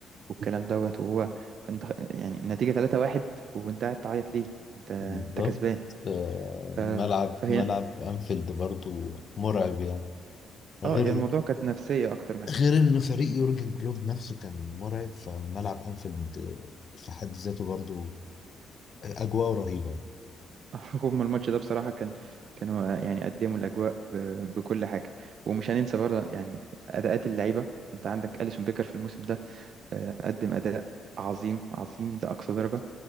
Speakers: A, on the right; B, on the left.
A: والكلام دوت وهو انت يعني النتيجة 3-1 وانت قاعد تعيط ليه؟ انت
B: بالظبط
A: انت كسبان
B: آه،
A: ف...
B: ملعب
A: فهي
B: ملعب أنفيلد برضو مرعب يعني غير
A: اه هي الموضوع كانت نفسية أكتر منها
B: غير إن فريق يورجن كلوب نفسه كان مرعب فملعب أنفيلد في حد ذاته برضو أجواء رهيبة يعني
A: <laughs> هم الماتش ده بصراحة كان كانوا يعني قدموا الأجواء ب... بكل حاجة ومش هننسى برضه يعني أداءات اللعيبة انت عندك أليسون بيكر في الموسم ده آه، قدم أداء عظيم عظيم لأقصى درجة